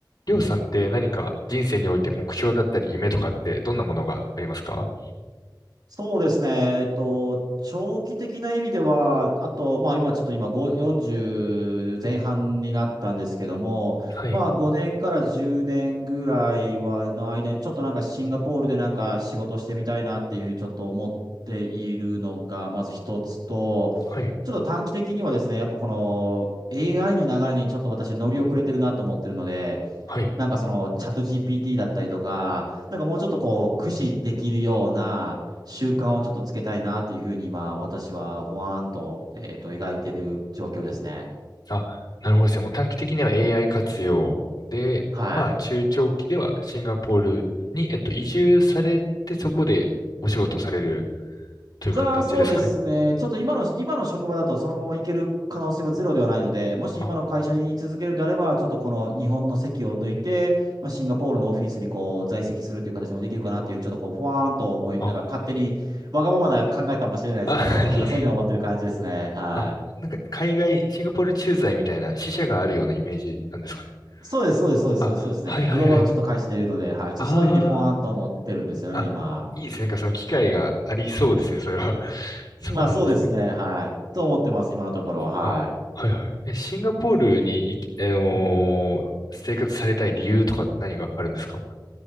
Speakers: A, on the left; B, on the right.
A: りょうさんって何か人生において目標だったり夢とかってどんなものがありますか
B: そうですね。えっと、長期的な意味では、あと、まあ今ちょっと今5 40前半になったんですけども、
A: はい、
B: まあ5年から10年ぐらいは、の間にちょっとなんかシンガポールでなんか仕事してみたいなっていうふうにちょっと思っているのが、まず一つと、
A: はい、
B: ちょっと短期的にはですね、やっぱこの AI の流れにちょっと私乗り遅れてるなと思ってるので、
A: はい。
B: なんかそのチャット GPT だったりとか、なんかもうちょっとこう、駆使できるような習慣をちょっとつけたいなというふうに今、私はほわーんと、えっと、描いてる状況ですね。
A: あ、なるほどですね。もう短期的には AI 活用で、
B: はい。
A: まあ中長期ではシンガポールに、えっと、移住されてそこでお仕事をされるという形ですかね。
B: が、そうですね。ちょっと今の、今の職場だとそのまま行ける可能性はゼロではないので、もし今の会社に居続けるんであれば、
A: あ、
B: ちょっとこの日本の席を抜いて、まあ、シンガポールのオフィスにこう在籍するという形もできるかなっていうふうに、ちょっとこう、ふわーんと思い、
A: あ、
B: なんか勝手にわがままな考えかもしれないですけど、
A: あ、<laughs> いえ。
B: なんかそういうふうに思ってる感じですね。は
A: あ、なんか海外、シンガポール駐在みたいな支社があるようなイメージなんですかね。
B: そうです、そうです、そうです、
A: あ、
B: そうですそうですね。
A: はいはいはい。
B: グローバルのちょっと開始でいるので、はい。ちょっとそういうふうにフォワンと思ってるんですよね、
A: ああ、
B: 今。
A: いいですね。なんかその機会がありそうですね、それは。<laughs> そうなんですね。
B: まあそうですね、はい。と思ってます、今のところは、はい。
A: あ、はいはい。え、シンガポールに行き、あのー生活されたい理由とか何があるんですか
B: うん